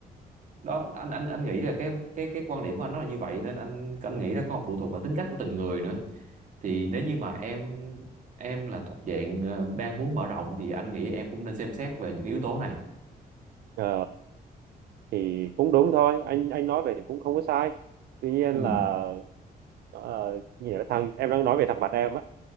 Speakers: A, on the right (about 50°); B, on the right (about 75°).
A: đó anh anh anh nghĩ là cái cái cái quan điểm của anh nó là như vậy nên anh anh nghĩ là còn phụ thuộc vào tính cách của từng người nữa thì nếu như mà em em là thuộc dạng ờ, đang muốn mở rộng thì anh nghĩ em cũng nên xem xét về những yếu tố này
B: Ờ, thì cũng đúng thôi anh anh nói về thì cũng không có sai tuy nhiên
A: ừ
B: là ờ, như là thằng em đang nói về thằng bạn em á